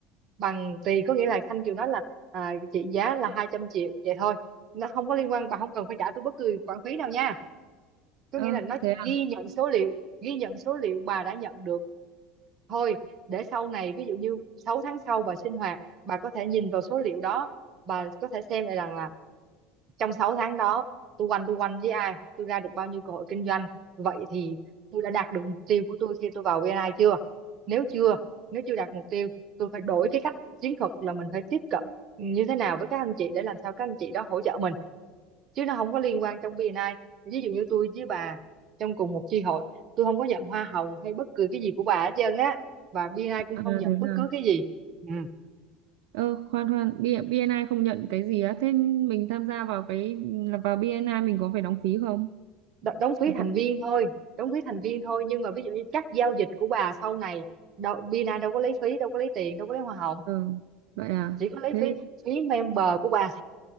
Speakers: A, on the right; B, on the right.
A: bằng tùy có nghĩa là Thanh Kiều nói là à, chị giá là 200 triệu vậy thôi nó không có liên quan bà không cần phải trả tôi bất cứ khoản phí nào nha có
B: ơ
A: nghĩa là nó
B: thế
A: chỉ
B: à
A: ghi nhận số liệu ghi nhận số liệu bà đã nhận được thôi để sau này ví dụ như 6 tháng sau bà sinh hoạt bà có thể nhìn vào số liệu đó bà có thể xem lại rằng là trong 6 tháng đó tôi quanh tôi quanh với ai tôi ra được bao nhiêu cơ hội kinh doanh vậy thì tôi đã đạt được mục tiêu của tôi khi tôi vào VNI chưa nếu chưa nếu chưa đạt mục tiêu tôi phải đổi cái cách chiến thuật là mình phải tiếp cận như thế nào với các anh chị để làm sao các anh chị đó hỗ trợ mình chứ nó không có liên quan trong VNI ví dụ như tôi với bà trong cùng một chi hội tôi không có nhận hoa hồng hay bất cứ cái gì của bà hết trơn á và BNI cũng
B: à
A: không nhận
B: thế
A: bất
B: à
A: cứ cái gì ừ.
B: ơ khoan khoan B- BNI không nhận cái gì á thế mình tham gia vào cái là vào BNI mình có phải đóng phí không
A: đo- đóng phí
B: phải
A: thành
B: có phí
A: viên thôi đóng phí thành viên thôi nhưng mà ví dụ như các giao dịch của bà sau này đâu, Bina đâu có lấy phí đâu có lấy tiền đâu có lấy hoa hồng
B: ừ vậy à
A: chỉ có lấy
B: thế
A: phí phí member của bà